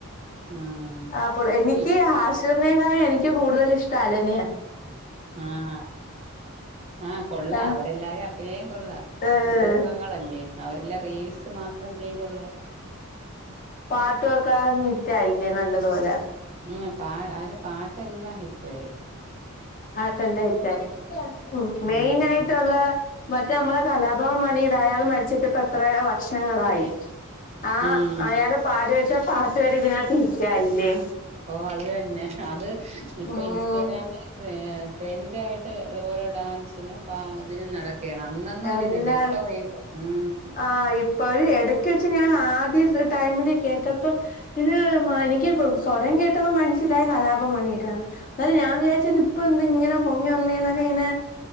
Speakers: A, on the right; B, on the left.
A: ഉം
B: അപ്പോൾ എനിക്ക്
A: പി
B: ഹാഷിർനെക്കാലും എനിക്ക് കൂടുതൽ ഇഷ്ടം അലനെയ.
A: ആഹ ആഹ് കൊള്ളാം
B: ആഹ്
A: അവരെല്ലാരെ അ അഭിനയം കൊള്ള
B: ഏഹ്
A: പുതുമുഖങ്ങളല്ലേ അവരില്ല റീൽസ് മാത്രം ചെയ്തുള്ള.
B: പാട്ടൊക്കെ അങ്ങ് ഹിറ്റായില്ലേ നല്ലതുപോല.
A: ഉം പാ അതില പാട്ടെല്ലാം ഹിറ്റായി.
B: പാട്ടെല്ലാം ഹിറ്റായി ഉം മെയിനായിട്ടുള്ള.
A: ഉം
B: മറ്റേ നമ്മളെ കലാഭവം മണിടെ അയാള് മരിച്ചിട്ട്പ്പ എത്രയൊ വർഷങ്ങളായി. ആ ആ
A: ഉം
B: അയാള് പാടി വെച്ച പാട്ട് വരെ ഇതിനകത്ത് ഹിറ്റായില്ലേ.
A: ഓ അത് തന്ന അത് ഇപ്പൊ
B: ഉം
A: ഇൻസ്റ്റഗ്രാമി. ട്രെൻഡായിട്ട് ഓരോ ഡാൻസിനും പ ഇതിനും നട ക്കേണ് അന്നൊന്നും ഒരിതില്ല
B: എല്ലാ
A: ഇപ്പ വീ ഉം.
B: ആഹ് ഇ ഇപ്പഴ് എടക്ക് വെച്ച് ഞാൻ ആദ്യ ടൈമില് കേട്ടപ്പ. ഇത് എനിക്ക്പ്പോ സ്വരം കേട്ടപ്പോ മനസ്സിലായി കലാഭവൻമണിടെ ആന്ന്. അന്നേരം ഞാൻ വിചാരിച്ചത്പ്പൊ എന്ത് ഇങ്ങനെ പൊങ്ങി വന്നേ എന്നൊക്കെ ഇങ്ങനെ